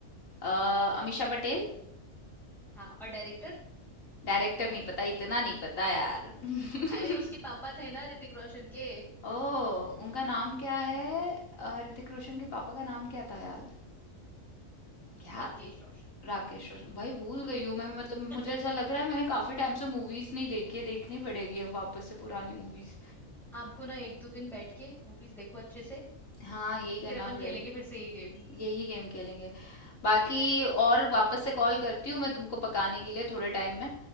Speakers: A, on the left; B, in the centre.
A: अ, अमीषा पटेल
B: हाँ और डायरेक्टर
A: डायरेक्टर नहीं पता इतना नहीं पता यार <laughs>
B: अरे उसके पापा थे ना ऋतिक रोशन के
A: ओ उनका नाम क्या है अ, ऋतिक रोशन के पापा का नाम क्या था यार
B: हम्म,
A: क्या
B: राकेश रोशन
A: राकेश रोशन भाई भूल गई हूँ मैं मतलब
B: <laughs>
A: मुझे ऐसा लग रहा है मैंने काफी टाइम से मूवीज नहीं देखी है देखनी पड़ेगी अब वापस से पुरानी मूवीज
B: आपको ना एक दो दिन बैठ के मूवीज देखो अच्छे से
A: हाँ यही करना
B: फिर अपन
A: पड़ेगा
B: खेलेंगे फिर से ये गेम
A: यही गेम खेलेंगे बाकी और वापस से कॉल करती हूँ मैं तुमको पकाने के लिए थोड़े टाइम में